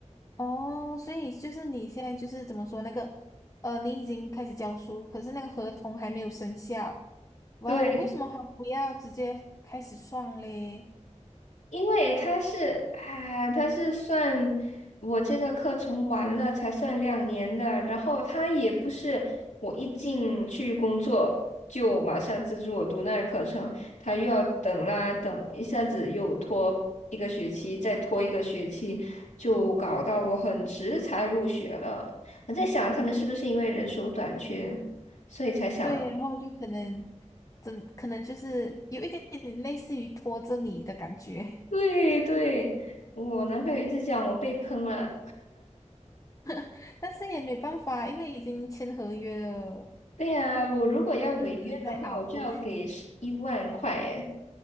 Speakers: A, on the left (about 25°); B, on the left (about 85°).
A: 哦，所以就是你现在就是怎么说那个，呃，你已经开始教书，可是那个合同还没有生效。哇哦，
B: <laughs> 对。
A: 为什么还不要直接开始算嘞？
B: 因为他是啊，他是算我这个课程完了才算两年的，然后他也不是我一进去工作就马上资助我读那个课程，他又要等啦等，一下子又拖一个学期，再拖一个学期，就搞到我很迟才入学了。我在想他们是不是因为人手短缺，所以才想，
A: 对，然后就可能，怎可能就是有一点点类似于拖着你的感觉，
B: 对对，我男朋友一直讲我被坑了。
A: <laughs> 但是也没办法，因为已经签合约了，
B: 对呀，我如果要违约的话，
A: 就只能再熬过去。
B: 我就要给十一万块耶。